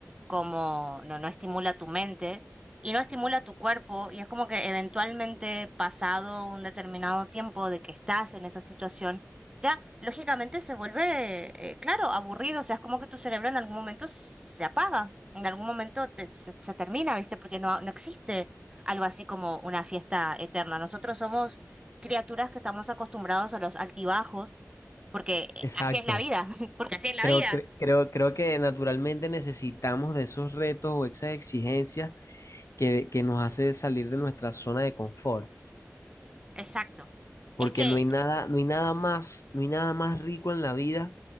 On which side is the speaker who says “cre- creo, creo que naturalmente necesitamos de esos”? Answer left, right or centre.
Left